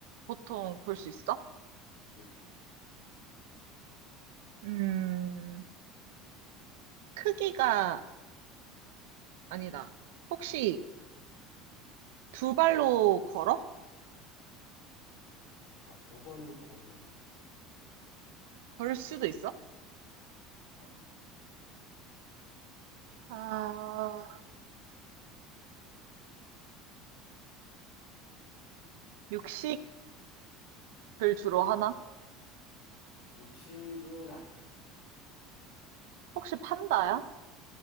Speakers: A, on the right; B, on the left.
A: 보통 볼 수 있어?
B: 그렇지.
A: 음, 크기가 아니다. 혹시 두 발로 걸어?
B: 아, 두 발로 걸을 수도 있어.
A: 걸 수도 있어?
B: 어,
A: 아, 육식을 주로 하나?
B: 육식은 아니야.
A: 혹시 판다야?